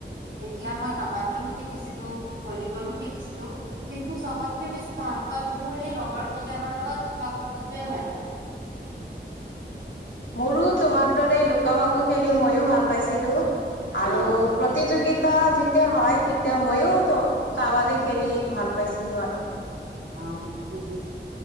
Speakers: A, on the right; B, on the left.
A: তেতিয়া মই কাবাডীও খেলিছিলো ভলীবলো খেলিছিলো কিন্তু চবতকে বেছি ভাল পোৱাটো মোৰ সেই লগৰ কেইজনৰ লগত লুকা ভাকু টো এ হয়।
B: মোৰো তোমাৰ দৰে লুকা ভাকু খেলি মইও ভাল পাইছিলো। আৰু
A: অ
B: প্ৰতিযোগিত তা যেতিয়া হয় তেতিয়া মইও ত কাবাডী খেলি ভাল পাইছিলো আৰু
A: অ বুজিছোঁ